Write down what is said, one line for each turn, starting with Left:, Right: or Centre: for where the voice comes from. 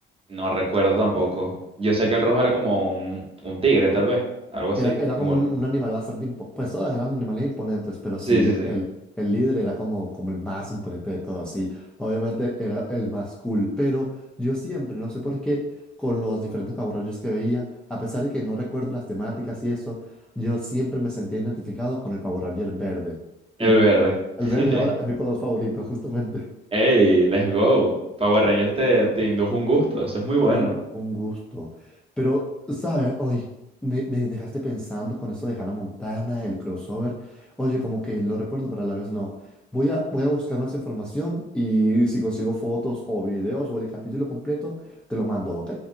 Right: No recuerdo tampoco. Yo sé que el rojo era como un, un tigre, tal vez. Algo así.
Centre: Era, era
Right: Como
Centre: como un,
Right: el...
Centre: un animal bastante impo- Pues todos eran animales imponentes, pero sí,
Right: Sí, sí,
Centre: el,
Right: sí.
Centre: el, el líder era como, como el más imponente de todos. Sí, obviamente era el más cool, pero yo siempre, no sé por qué, con los diferentes Power Rangers que veía, a pesar de que no recuerdo las temáticas y eso, yo siempre me sentía identificado con el Power Ranger verde.
Right: El
Centre: Y de hecho,
Right: verde.
Centre: el verde
Right: <laughs>
Centre: ahora es mi color favorito, <laughs> justamente.
Right: Hey, let's go. Power Ranger te, te indujo un gusto, eso es muy bueno.
Centre: Bendito, un gusto. Pero, ¿sabes? Hoy me, me dejaste pensando con eso de Hannah Montana, el crossover. Oye, como que lo recuerdo, pero a la vez no. Voy a, voy a buscar más información y si consigo fotos o videos o el capítulo completo, te lo mando, ¿ok?